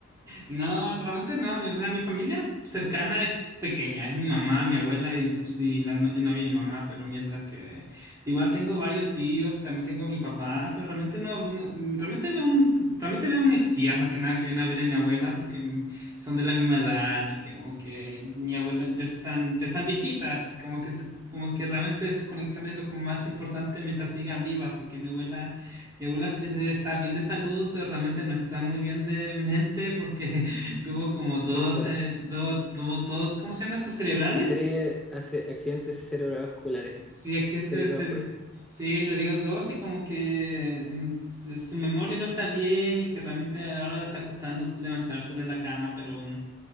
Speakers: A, on the right; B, in the centre.
A: No, realmente no. O sea, mi familia cercana es pequeña. Es mi mamá, mi abuela y, y la no- novia de mi mamá. Pero mientras que igual tengo varios tíos y también tengo a mi papá. Pero realmente no, no- realmente veo un, realmente veo a mis tías más que nada que vienen a ver a mi abuela porque son de la misma edad y que como que mi abuela ya están, ya están viejitas. Como que se, como que realmente sus conexiones es lo como más importante mientras sigan vivas porque mi abuela mi abuela sí se está bien de salud, pero realmente no está muy bien de mente porque <laughs> tuvo como dos,
B: Tiene su edad.
A: eh, do- tuvo dos, ¿cómo se llama? estos cerebrales?
B: Hacer hace accidentes cerebrovasculares.
A: Sí, accidentes,
B: Cerebrovasculares.
A: cere- sí, le dio dos y como que mm, su, su memoria no está bien y que realmente ahora le está costando levantarse de la cama, pero mm,